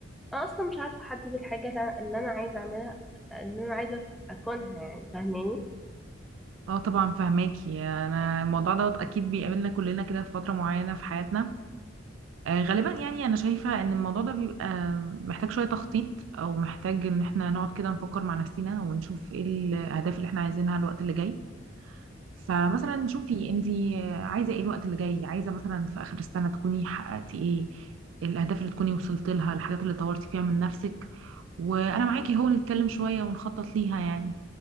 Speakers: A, in the centre; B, on the right (about 75°).
A: انا اصلا مش عارفة احدد الحاجة اللي اللي انا عايزة اعملها اللي انا عايزة اكونها يعني فاهماني
B: اه طبعا فهماكي انا الموضوع دوت اكيد بيقابلنا كلنا كده في فتره معينه في حياتنا آه غالبا يعني انا شايفه ان الموضوع ده بيبقى محتاج شويه تخطيط او محتاج ان احنا نقعد كده نفكر مع نفسنا ونشوف ايه الاهداف اللي احنا عايزينها الوقت اللي جاي فمثلا شوفي انتي عايزه ايه الوقت اللي جاي عايزه مثلا في اخر السنه تكوني حققتي ايه الاهداف اللي تكوني وصلت لها الحاجات اللي طورتي فيها من نفسك وانا معاكي اهو نتكلم شويه ونخطط ليها يعني